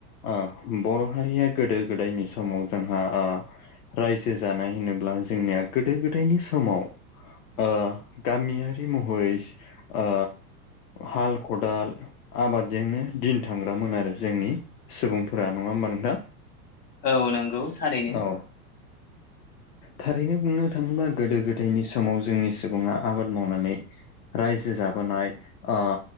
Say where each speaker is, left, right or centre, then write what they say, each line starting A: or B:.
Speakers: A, on the left (about 65°); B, on the left (about 85°).
A: ओ बर' हारिया गोदो गोदायनि समाव जोंहा ओ रायजो जानाय होनोब्ला जोंनिया गोदो गोदायनि समाव ओ गामियारि महरै ओ हाल खदाल आबादजोंनो दिन थांग्रामोन आरो जोंनि सुबुंफोरा नङा होमबा नोंथां
B: औ नोंगौ थारैनो
A: औ थारैनो बुंनो थाङोब्ला गोदो गोदायनि समाव जोंनि सुबुङा आबाद मावनानै रायजो जाबोनाय ओ